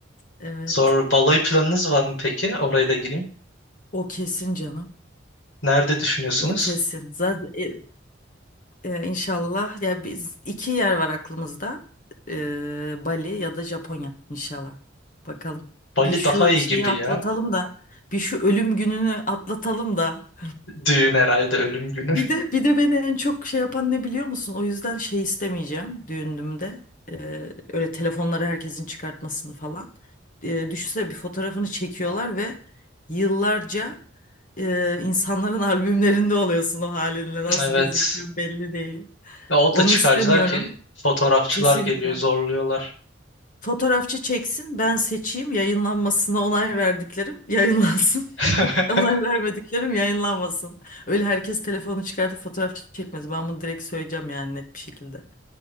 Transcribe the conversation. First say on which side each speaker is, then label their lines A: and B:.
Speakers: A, on the left (about 45°); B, on the left (about 75°).
A: Evet.
B: Zor balayı planınız var mı peki? Oraya da gireyim.
A: O kesin canım.
B: Nerede düşünüyorsunuz?
A: O kesin. Zaten e, e, inşallah ya biz iki yer var aklımızda. E, Bali ya da Japonya inşallah. Bakalım.
B: Bali
A: Bir şu
B: daha iyi
A: şeyi
B: gibi
A: atlatalım
B: ya.
A: da bir şu ölüm gününü atlatalım da
B: Düğün herhalde ölüm günü.
A: Bir de bir de beni en çok şey yapan ne biliyor musun? O yüzden şey istemeyeceğim düğünümde. Ee, öyle telefonları herkesin çıkartmasını falan. Ee, düşünsene bir fotoğrafını çekiyorlar ve yıllarca e, insanların <laughs> albümlerinde oluyorsun o halinle. Nasıl
B: <laughs> Evet.
A: gözüküyor belli değil.
B: Ya o
A: Onu
B: da çıkarcılar
A: istemiyorum.
B: ki fotoğrafçılar
A: Kesinlikle.
B: geliyor zorluyorlar.
A: Fotoğrafçı çeksin, ben seçeyim, yayınlanmasına onay verdiklerim yayınlansın.
B: <laughs>
A: <laughs> Onay vermediklerim yayınlanmasın. Öyle herkes telefonu çıkartıp fotoğraf çekmez. Ben bunu direkt söyleyeceğim yani net bir şekilde.